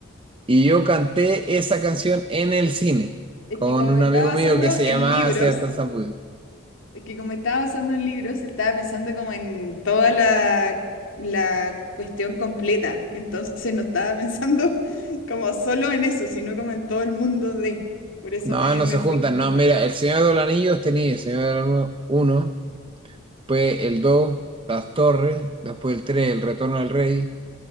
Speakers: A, on the right; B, on the left.
A: y yo canté esa canción en el cine
B: es
A: con
B: que como
A: un
B: me estaba
A: amigo
B: basando
A: mío que se
B: en
A: llamaba
B: libros,
A: Sebastián Zapudio.
B: Es que como estaba basando en libros, estaba pensando como en toda la, la cuestión completa. Entonces no estaba pensando <laughs> como solo en eso, sino como en todo el mundo de. Por eso
A: No,
B: me,
A: no
B: me
A: se juntan.
B: fui en
A: No,
B: esa.
A: mira, El Señor de los Anillos tenía El Señor de los Anillos uno después el 2, Las Torres, después el 3, El Retorno del Rey.